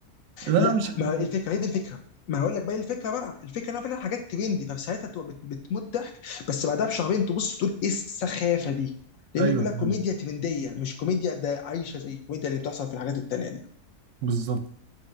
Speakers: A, on the right; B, on the left.
A: لا
B: لا
A: مش قد
B: ما هي
A: كده
B: الفكره هي دي الفكره ما هقول لك بقى إيه الفكره بقى الفكره ان انا حاجات ترندي فساعتها تبقى بت... بتموت ضحك بس بعدها بشهرين تبص تقول ايه السخافه دي لان
A: ايوه
B: كلها كوميديا
A: فاهم.
B: ترنديه مش كوميديا ده عايشه زي الكوميديا اللي بتحصل في الحاجات التانيه دي
A: بالظبط